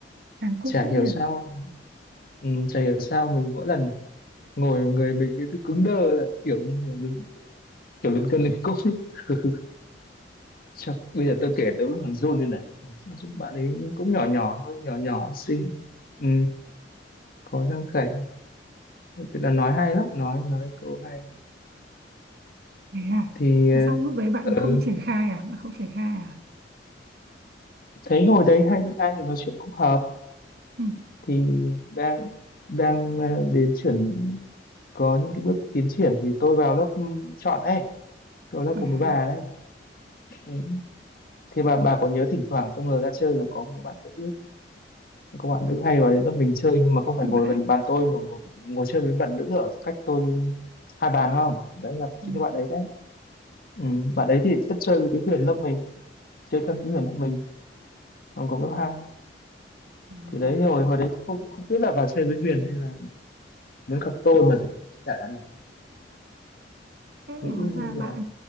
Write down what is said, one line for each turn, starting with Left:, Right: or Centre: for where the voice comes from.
Right: Hàn Quốc
Left: chả
Right: phết
Left: hiểu
Right: nhỉ
Left: sao ừ, chả hiểu sao mình mỗi lần ngồi người mình như cứ cứng đơ kiểu như kiểu đứng kiểu lấn cân lấn cốt ấy. <laughs> Chắc, bây giờ tôi kể tôi vẫn còn run lên này nói chung bạn ấy cũng nhỏ nhỏ thôi nhỏ nhỏ xinh ừ, có răng khểnh tức là nói hay lắm nói nói câu hay
Right: thế à
Left: thì ờ,
Right: thế xong lúc đấy bạn
Left: ừ,
Right: không triển khai à bạn không triển khai à
Left: thấy hồi đấy hai hai người nói chuyện cũng hợp
Right: ừ.
Left: thì đang đang ờ, đến chuyển có những cái bước tiến triển thì tôi vào lớp ừ, chọn đấy tôi lớp
Right: à
Left: cùng với bà đấy ừ. thì bà bà có nhớ thỉnh thoảng trong giờ ra chơi là có một cái bạn nữ các bạn nữ hay vào đến lớp mình chơi nhưng mà không phải ngồi
Right: vãi
Left: gần bàn tôi mà ngồi ngồi chơi với bạn nữ ở cách tôi hai bàn không đấy là chính
Right: ừ.
Left: các bạn đấy đấy ừ, bạn đấy thì rất chơi với cái Huyền lớp mình chơi thân với Huyền lớp mình trong cộng lớp hai
Right: rồi
Left: thì đấy
Right: rồi
Left: rồi hồi đấy tôi không không biết là vào chơi với Huyền hay là đến gặp tôi mà chả đáng nói
Right: thế là
Left: nghĩ
Right: hóa ra bạn
Left: là